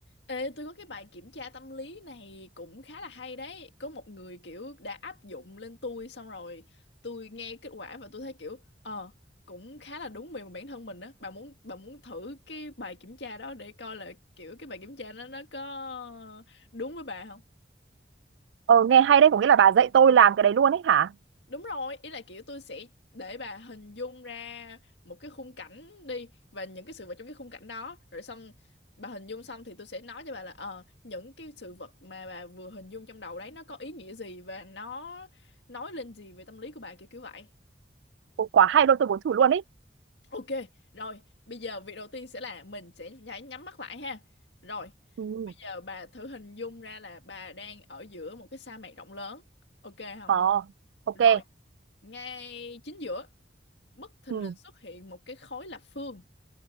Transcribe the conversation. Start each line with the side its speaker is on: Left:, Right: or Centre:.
Left: Ê, tôi có cái bài kiểm tra tâm lý này cũng khá là hay đấy. Có một người kiểu đã áp dụng lên tôi xong rồi tôi nghe kết quả và tôi thấy kiểu ờ cũng khá là đúng về bản thân mình á. Bà muốn bà muốn thử cái bài kiểm tra đó để coi là kiểu cái bài kiểm tra nó nó có đúng với bà không?
Right: Ờ nghe hay đấy, có nghĩa là bà dạy tôi làm cái đấy luôn ấy hả?
Left: Đúng rồi, ý là kiểu tôi sẽ để bà hình dung ra một cái khung cảnh đi và những cái sự vật trong cái khung cảnh đó rồi xong bà hình dung xong thì tôi sẽ nói cho bà là ờ những cái sự vật mà bà vừa hình dung trong đầu đấy nó có ý nghĩa gì và nó nói lên gì về tâm lý của bà kiểu kiểu vậy.
Right: Ồ, quá hay luôn, tôi muốn thử luôn ấy.
Left: Ok, rồi, bây giờ việc đầu tiên sẽ là mình sẽ phải nhắm mắt lại ha. Rồi,
Right: Ừ,
Left: bây giờ bà thử hình dung ra là bà đang ở giữa một cái sa mạc rộng lớn. Ok không?
Right: ờ, ok.
Left: Rồi, ngay chính giữa bất thình
Right: Ừ,
Left: lình xuất hiện một cái khối lập phương